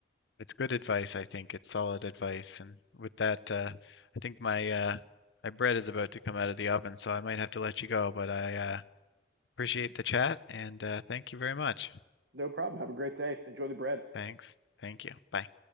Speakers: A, on the left; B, on the right.
A: it's good advice, I think. It's solid advice. And with that, uh, I think my uh, my bread is about to come out of the oven, so I might have to let you go, but I uh, appreciate the chat and uh, thank you very much.
B: No problem. Have a great day. Enjoy the bread.
A: Thanks. Thank you. Bye.